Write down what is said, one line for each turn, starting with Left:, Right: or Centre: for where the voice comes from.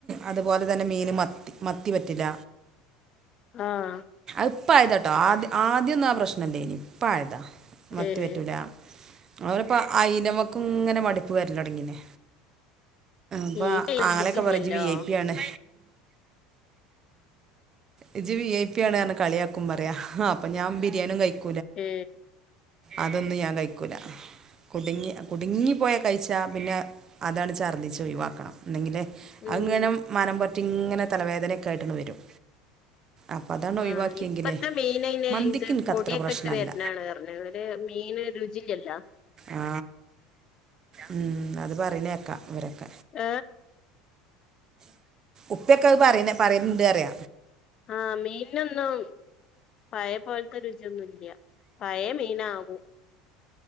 Right: അതുപോലെ തന്നെ മീന് മത്തി മത്തി പറ്റില്ല
Left: ആഹ
Right: ഇപ്പ ആയതാ കേട്ടോ ആദ്യ ആദ്യമൊന്നും ആ പ്രശ്നമേ ഇല്ലേ ഇനി ഇപ്പ ആയതാ മത്തി
Left: ഏഹ്
Right: പറ്റൂല അവരിപ്പോ അയിനവക്കും ഇങ്ങനെ മടിപ്പ വരില്ല തുടങ്ങനെ അപ്പൊ
Left: ഇത്
Right: ആങ്ങളെയൊക്കെ
Left: രുചിയില്ലല്ലോ
Right: പറഞ്ഞു വി ഐ പി ആണ് ഇജ്ജ് വി ഐ പി ആണ് പറഞ്ഞെ കളിയാക്കും പറയാ അപ്പ ഞാൻ ബിരിയാണിയും കഴിക്കും
Left: ഉം
Right: അതൊന്നും ഞാൻ കഴിക്കൂല കുടുങ്ങി കുടുങ്ങിപ്പോയ കഴിച്ചാൽ പിന്നെ അതാണ് ഛർദ്ദിച്ച ഒഴിവാക്കണം എന്നെങ്കേ
Left: ഉം
Right: അങ്ങനെ മനം പുരട്ടി ഇങ്ങനെ തലവേദന ഒക്കെ ആയിട്ട് വരും അപ്പം അതാണ് ഒഴിവാക്കിയെങ്കിലേ
Left: ആഹ ഇപ്പത്തെ മീനെ
Right: മന്തിക്ക്
Left: ഇത്
Right: എനിക്ക്
Left: പൊടിയൊക്കെ
Right: അത്ര പ്രശ്നമല്ല
Left: ഇട്ട് വരുന്നാണ് പറഞ്ഞത് മീൻ രുചിയില്ലലാ
Right: ആ ഉം അത് പറയുന്നേക്കാം ഇവരക്ക
Left: ഹ
Right: ഉപ്പയൊക്കെ അത് പറയുന്ന പറയുന്നുണ്ട് അറിയ
Left: ആഹ മീനൊന്നും പഴയ പോലത്തെ രുചിയൊന്നുഇല്ല പയേ മീന ആകൂ